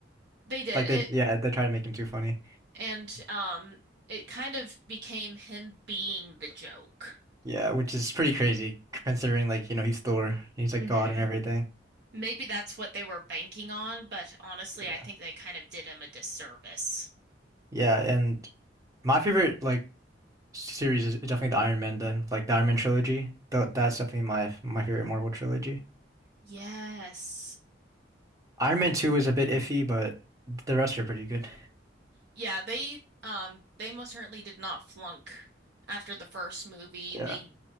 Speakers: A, on the right (about 60°); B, on the right (about 20°).
A: They did
B: Like
A: it,
B: they yeah, they tried to make him too funny.
A: and um, it kind of became him being the joke.
B: Yeah, which is pretty crazy considering like, you know, he's Thor, he's like
A: hmm
B: God and everything.
A: Maybe that's what they were banking on, but honestly, I
B: Yeah,
A: think they kind of did him a disservice.
B: Yeah, and my favorite like series is definitely the Iron Man then, like the Iron Man trilogy. Though that's definitely my my favorite Marvel trilogy.
A: Yes.
B: Iron Man
A: Th-
B: 2 is a bit iffy, but the rest are pretty good.
A: yeah, they um they most certainly did not flunk after the first movie.
B: Yeah,
A: They